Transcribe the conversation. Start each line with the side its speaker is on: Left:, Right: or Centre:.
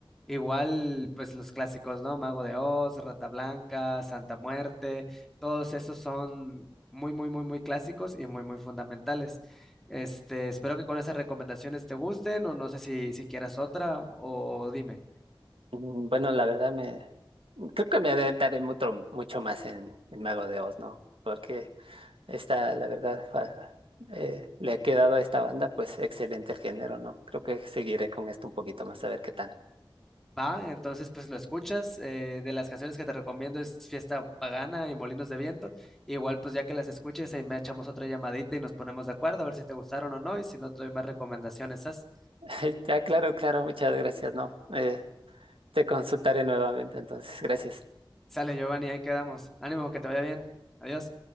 Centre: Igual, pues los clásicos, ¿no? Mago de Oz, Rata Blanca, Santa Muerte, todos esos son muy, muy, muy, muy clásicos y muy, muy fundamentales. Este, espero que con esas recomendaciones te gusten o no sé si, si quieras otra o o dime.
Right: Mm, Bueno, la verdad me creo que me adentraré mucho, mucho más en, en Mago de Oz, ¿no? Porque esta, la verdad, fa- eh, le ha quedado a esta banda, pues excelente el género, ¿no? Creo que seguiré con esto un poquito más a ver qué tal.
Centre: Va, entonces pues lo escuchas. eh, de las canciones que te recomiendo es Fiesta Pagana y Molinos de Viento. Igual pues ya que las escuches ahí me echamos otra llamadita y nos ponemos de acuerdo a ver si te gustaron o no y si no te doy más recomendaciones. sas.
Right: <laughs> Ya, claro, claro, muchas gracias, ¿no? Eh, te consultaré nuevamente, entonces, gracias.
Centre: Sale Giovanni, ahí quedamos. Ánimo, que te vaya bien. Adiós.